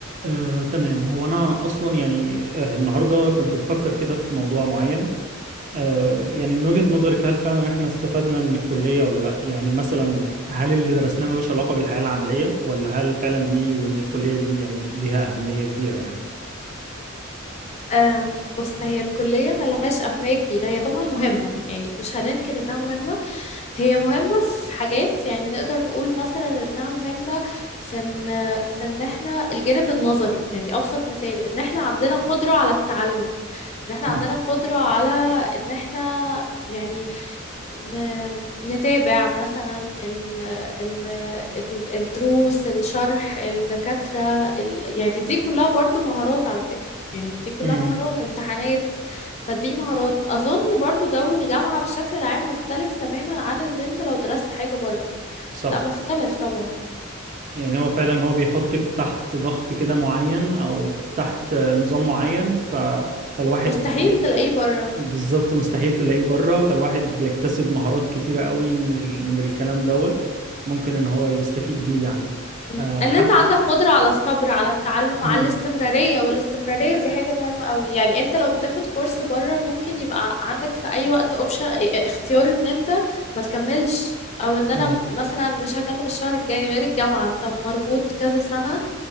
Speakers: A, on the right (about 35°); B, on the left (about 30°).
A: آه، تمام هو انا اصلا يعني آه، النهارده كنت بفكر كده في موضوع معين آه، يعني من وجهة نظرك هل فعلا احنا استفدنا من الكلية ولا لا يعني مثلا هل اللي درسناه ملوش علاقة بالحياة العملية ولا هل فعلا ليه وان الكلية دي يعني ليها أهمية كبيرة يعني
B: آه، بص هي الكلية ملهاش أهمية كبيرة هي طبعا مهمة يعني مش هننكر إنها مهمة هي مهمة في حاجات يعني نقدر نقول مثلا إنها مهمة في إن في إن إحنا الجانب النظري يعني أبسط مثال إن إحنا عندنا قدرة على التعلم إن إحنا
A: مم.
B: عندنا قدرة على إن إحنا يعني ن- نتابع مثلا ال ال ال- الدروس الشرح الدكاترة ال... يعني دي كلها برضو مهارات على فكرة يعني دي كلها
A: امم
B: مهارات امتحانات فدي مهارات أظن برضو جو الجامعة بشكل عام مختلف تماما عن ان انت لو درست حاجة بره
A: صح
B: لا مختلف طبعا
A: يعني هو فعلا هو بيحطك تحت ضغط كده معين او تحت آه، نظام معين ف... فالواحد
B: مستحيل
A: بي...
B: تلاقيه بره
A: بالظبط مستحيل تلاقيه بره فالواحد بيكتسب مهارات كتيرة قوي من ال... من الكلام دوت ممكن ان هو يستفيد بيه يعني
B: مم.
A: آه
B: ان
A: حتى
B: انت عندك قدرة على الصبر على التعلم
A: مم.
B: على الاستمرارية والاستمرارية دي حاجة مهمة قوي يعني انت لو بتاخد كورس بره ممكن يبقى عندك في اي وقت اوبشن اختيار ان انت ما تكملش او ان
A: مم.
B: انا مثلا مش هكمل الشهر الجاي غير الجامعة انت مربوط كذا سنة